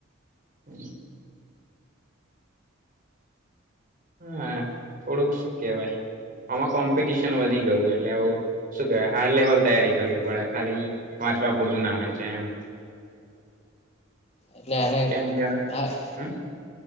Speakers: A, on the right; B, on the left.
A: હમ. હ થોડુંક શું કેહેવાય આમાં કોમ્પિટિશન વધી ગયું એટલે આવું શું કેવાય હાર લેવલ તૈયારી કરવી પડે ખાલી પાંચવા પૂરતું ના વા છે એમ
B: એટલે અનેને
A: કેમ કે
B: હ
A: હમ